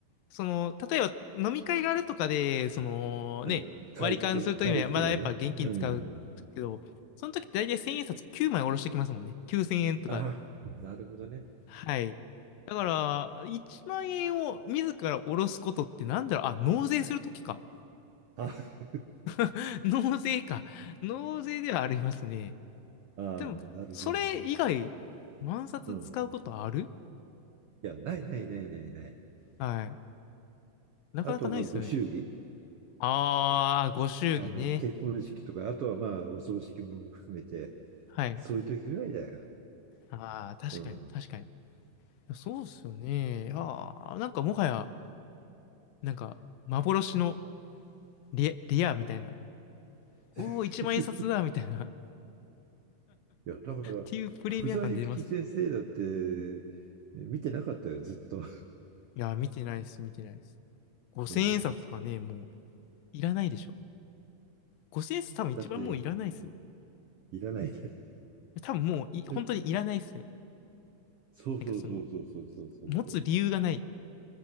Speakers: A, on the left; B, on the right.
A: その、例えば飲み会があるとかで、そのね、
B: あの、会費と、
A: 割り勘するときにはまだやっぱ現金使うけど、
B: 会費とかね。うん。
A: その時って大体1000円札9枚下ろしてきますもんね。9000円とか。
B: ああ、なるほどね。
A: はい。だから、1万円を自ら下ろすことってなんだろう、あ、納税するときか。
B: あ
A: <laughs> 納税か。納税ではありますね。
B: あ、
A: でも、
B: なるほどね。
A: それ以外、万札使うことある
B: うん。いや、ないないないないない。
A: はい。なかなかないですよね。
B: あと、まあ、ご祝儀。
A: ああ、ご祝儀ね。
B: あの、結婚式とか、あとはまあ、お葬式も含めて、
A: はい。
B: そういう時ぐらいだよ。
A: ああ、確かに、
B: うん。
A: 確かに。そうっすよね。ああ、なんかもはや、なんか、幻のレ、レアみたいな。
B: <laughs>
A: おお、一万円札だみたいな。<laughs> っ
B: いや、だから、
A: ていうプレミア感出ますね。
B: 福沢諭吉先生だって、見てなかったよ、ずっと。
A: いやー、見てないです、見てないです。5000円札とかね、
B: うん。
A: もういらないでしょ。5000円札多分一番もういらないですよ。
B: だって、いらないね。
A: 多分もうい、本当にいらないですね。
B: <laughs> そうそうそうそうそうそうそうそ
A: なんかその、持つ理由がない。